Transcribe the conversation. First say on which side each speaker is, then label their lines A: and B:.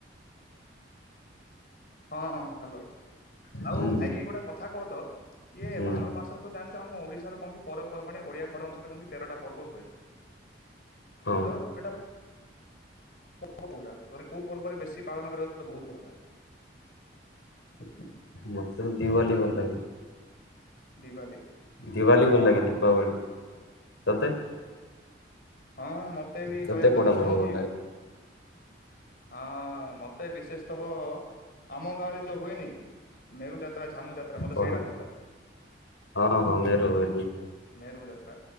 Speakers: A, on the left; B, on the left.
A: ହଁ ହଁ ହ୍ୟାଲୋ ଆଉ
B: ହୁଁ
A: ଭାଇ ଗୋଟେ କଥା କହ ତ ଇଏ
B: ହୁଁ
A: ବାର ମାସ ତୁ ଜାଣିଛୁ ଆମ ଓଡ଼ିଶାର କଣ କି ପର୍ବପର୍ବାଣି ଓଡ଼ିଆ ଘର ଅନୁଶାରେ କଣ କି ତେରଟା ପର୍ବ ହୁଏ।
B: ହଁ
A: ତ <inaudible> ପର୍ବ କୋଉଟାାନେ କୋଉ ପର୍ବରେ ବେଶୀ ପାନକୁ ବହୁତ ଭଲ ଲାଗେ <inaudible> <unintelligible>
B: ମତେ ଦିୱାଲୀ
A: ହଉ
B: ଭଲ ଲାଗେ।
A: ଦିିବାଲି
B: ଦିୱାଲୀ
A: ହଁ
B: ଭଲ ଲାଗେ ଦୀପାବଳି ତତେ?
A: ହଁ ମତେ ବି
B: ତତେ
A: କହିବାକୁ
B: କୋଉଟା
A: ଗଲେ
B: ପର୍ବ
A: କଣ
B: ଭଲ
A: କି
B: ଲାଗେ
A: ହଁ ମତେ ବିଶେଷ ତହ ଆମ ଗାଁରେ ଯ ହୁଏନି ମେରୁ ଯାତ୍ରା ଝାମୁ ଯାତ୍ରା ମତେ
B: କଣ
A: ସେଇଟା ଭଲ ଲାଗେ।
B: ହଁ ହଁ ମେରୁ ବୋଲି
A: ମେରୁ ଯାତ୍ରା